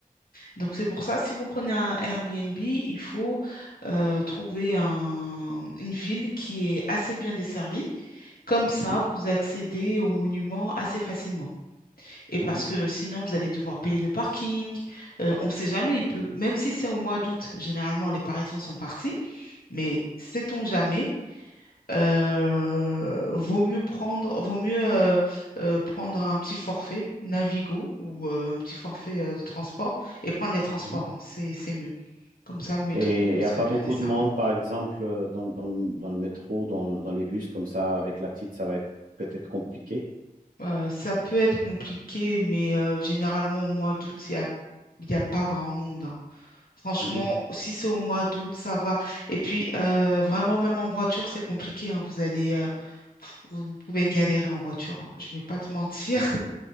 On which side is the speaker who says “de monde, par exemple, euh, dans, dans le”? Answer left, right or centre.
Right